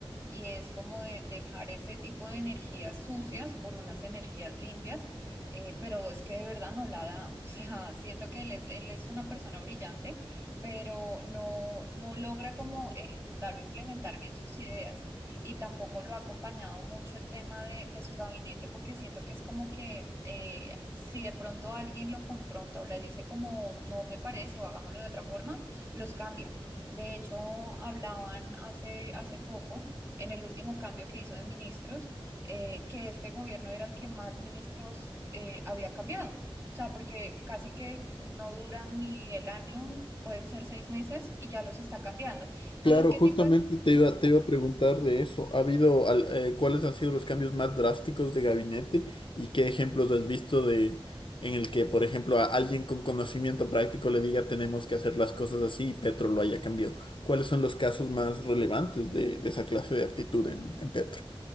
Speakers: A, on the right; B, on the left.
A: Y es como de dejar ese tipo de energías sucias por unas energías limpias, eh, pero es que de verdad no la da. <laughs> O sea, siento que él es, él es una persona brillante, pero no, no logra como ejecutar o implementar bien sus ideas y tampoco lo ha acompañado mucho el tema de, de su gabinete porque siento que es como que eh, si de pronto alguien lo confronta o le dice como no me parece o hagámoslo de otra forma, los cambia. De hecho, hablaban hace, hace poco, en el último cambio que hizo de ministros, eh, que este gobierno era el que más ministros eh, había cambiado. O sea, porque casi que no duran ni el año, puede ser seis meses, y ya los está cambiando. Entonces,
B: Claro,
A: ¿qué
B: justamente
A: tipo de
B: te iba, te iba a preguntar de eso. ¿Ha habido, al- eh, cuáles han sido los cambios más drásticos de gabinete y qué ejemplos has visto de en el que, por ejemplo, a alguien con conocimiento práctico le diga tenemos que hacer las cosas así y Petro lo haya cambiado? ¿Cuáles son los casos más relevantes de, de esa clase de actitud en, en Petro?